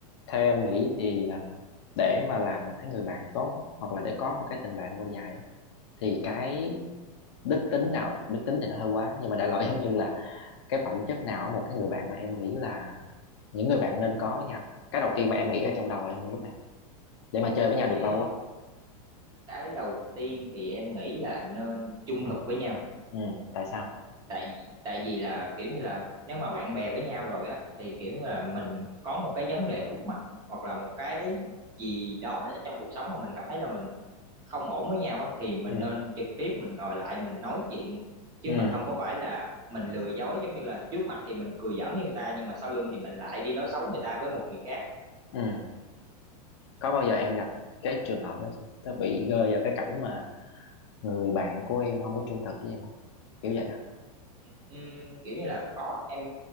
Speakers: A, on the left; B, on the right.
A: theo em nghĩ thì à, để mà làm một cái người bạn tốt á, hoặc là để có một cái tình bạn lâu dài á, thì cái đức tính nào đức tính thì nó hơi quá nhưng mà đại loại <laughs> giống như là cái phẩm chất nào ở một cái người bạn mà em nghĩ là những người bạn nên có với nhau cái đầu tiên mà em nghĩ ra trong đầu em lúc này để mà chơi với nhau
B: Ừm,
A: được lâu á
B: cái đầu tiên thì em nghĩ là nên trung thực với nhau
A: ừ tại sao
B: tại tại vì là kiểu như là nếu mà bạn bè với nhau rồi á thì kiểu như là mình có một cái vấn đề khúc mắc hoặc là một cái gì đó ở trong cuộc sống mà mình cảm thấy là mình không ổn với nhau á thì mình
A: ừ
B: nên trực tiếp mình ngồi lại mình nói chuyện chứ
A: ừ
B: mình không có phải là mình lừa dối giống như là trước mặt thì mình cười giỡn với người ta nhưng mà sau lưng thì mình lại đi nói xấu người ta với một người khác
A: ừ có bao giờ em gặp cái trường hợp đó chưa Tớ bị rơi vào cái cảnh mà người bạn của em không có trung thực với em không kiểu vậy đó
B: Ừm, kiểu như là có em